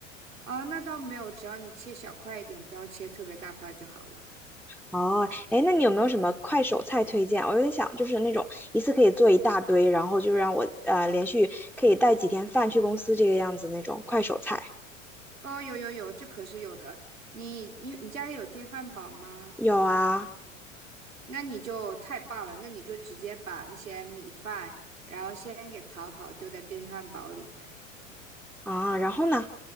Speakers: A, on the right; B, in the centre.
A: 啊，那倒没有，只要你切小块一点，不要切特别大块就好了。
B: 哦，哎，那你有没有什么快手菜推荐啊？我有点想，就是那种一次可以做一大堆，然后就让我呃连续可以带几天饭去公司这个样子那种快手菜。
A: 哦，有有有，这可是有的。你你你家里有电饭煲吗？
B: 有啊，
A: 那你就太棒了，那你就直接把那些米饭，然后先给淘好，丢在电饭煲里面，
B: 啊，然后呢？